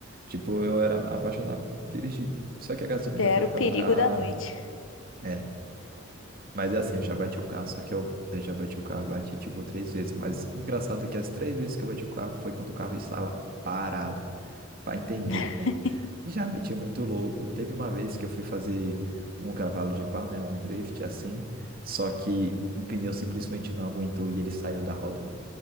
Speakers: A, on the right (about 45°); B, on the left (about 75°).
A: Tipo, eu era apaixonado por dirigir. Só que a gasolina
B: esse era
A: foi ficando
B: o perigo
A: cara.
B: da noite.
A: É. Mas é assim, eu já bati o carro, só que eu, eu já bati o carro, bati tipo três vezes. Mas engraçado que as três vezes que eu bati o carro foi quando o carro estava parado. Vai entender,
B: <laughs>
A: né? Já meti muito louco. Teve uma vez que eu fui fazer um cavalo de pau, né? Um drift assim. Só que o pneu simplesmente não aguentou e ele saiu da roda, mano.